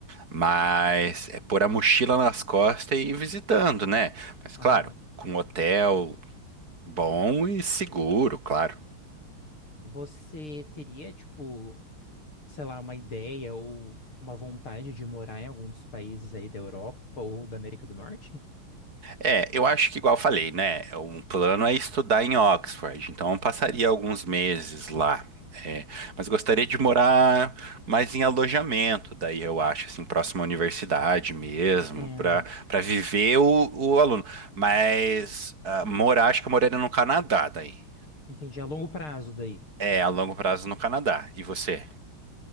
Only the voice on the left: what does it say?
aham.
Você teria, tipo, sei lá, uma ideia ou uma vontade de morar em algum dos países aí da Europa ou da América do Norte?
Entendo.
Entendi. A longo prazo daí.